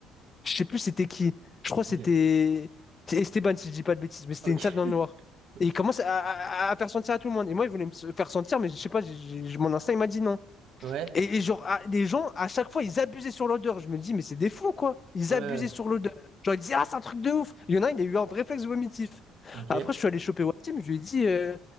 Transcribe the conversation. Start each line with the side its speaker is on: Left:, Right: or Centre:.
Left: je sais plus c'était qui. Je crois que
Right: Ok.
Left: c'était c'était Esteban, si je dis pas de bêtises, mais c'était
Right: Ok.
Left: une salle dans
Right: <laughs>
Left: le noir.
Right: Ok.
Left: Et il commence à, à- à faire sentir à tout le monde. Et moi, il voulait me s- faire sentir, mais je sais pas, j'ai- j'ai- mon instinct, il m'a dit non.
Right: Ouais.
Left: Et, et genre, à- les gens, à chaque fois, ils abusaient sur l'odeur. Je me dis, mais c'est des fous, quoi. Ils
Right: Ouais.
Left: abusaient sur l'odeur. Genre, ils disaient, ah, c'est un truc de ouf. Il y en a un, il a eu un réflexe vomitif.
Right: Ok.
Left: Après, je suis allé choper Wassim, je lui ai dit, euh,